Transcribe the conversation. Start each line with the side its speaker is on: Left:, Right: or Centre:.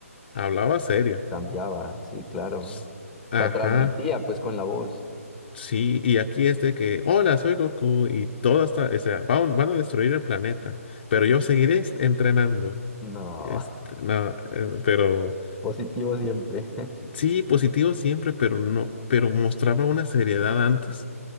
Left: hablaba serio.
Centre: Cambiaba, sí, claro.
Left: S- Ajá,
Centre: se transmitía pues con la voz.
Left: sí, y aquí es de que, hola, soy Goku, y todo está, o sea, van, van a destruir el planeta, pero yo seguiré ens- entrenando.
Centre: No,
Left: Este, nada, eh, pero
Centre: <laughs> positivo siempre.
Left: sí, positivo siempre, pero no, pero mostraba una seriedad antes,